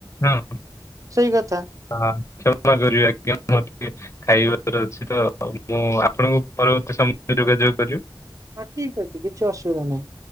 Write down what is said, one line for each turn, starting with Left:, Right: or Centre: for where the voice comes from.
Left: ହଁ।
Right: ସେଇ କଥା।
Left: ହଁ କ୍ଷମା କରିବେ ଆ <inaudible> ଖାଇବାର ଅଛି ତ ମୁଁ ଆପଣଙ୍କୁ ପରବର୍ତ୍ତୀ ସମୟରେ ଯୋଗାଯୋଗ କରିବି।
Right: ହଁ ଠିକ୍ ଅଛି କିଛି ଅସୁବିଧା ନାହିଁ।